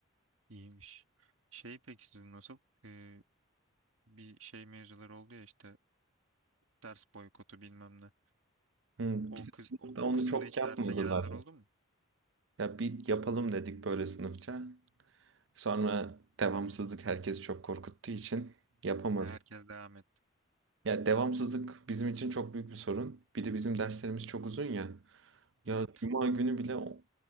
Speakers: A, on the right; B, on the right.
A: iyiymiş. Şey peki sizin nasıl? Ee, bir şey mevzuları oldu ya işte ders boykotu bilmem ne.
B: Hı,
A: O
B: Bizim
A: kız
B: sınıfta
A: o, o
B: onu
A: kısımda
B: çok
A: hiç
B: yapmadılar.
A: derse gelenler oldu mu?
B: Ya bir yapalım dedik böyle sınıfça. Sonra devamsızlık herkes çok korkuttuğu için yapamadık.
A: Herkes devam etti.
B: Ya devamsızlık bizim için çok büyük bir sorun. Bir de bizim derslerimiz çok uzun ya. Ya
A: Evet. <laughs>
B: cuma günü bile o-